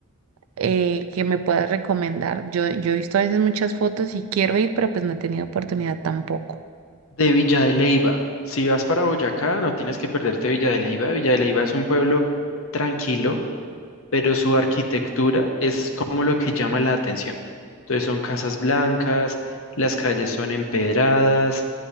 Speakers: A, on the right; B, on the left.
A: eh, que me puedas recomendar. Yo, yo he visto a veces muchas fotos y quiero ir, pero pues no he tenido oportunidad tampoco.
B: de Villa de Leyva. Si vas para Boyacá, no tienes que perderte Villa de Leyva. Villa de Leyva es un pueblo tranquilo, pero su arquitectura es como lo que llama la atención. Entonces son casas blancas, las calles son empedradas,